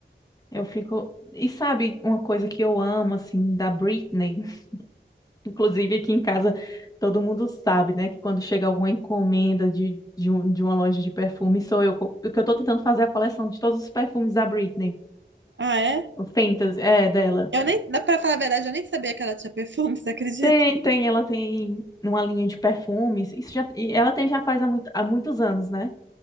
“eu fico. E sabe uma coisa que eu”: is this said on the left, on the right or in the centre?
Left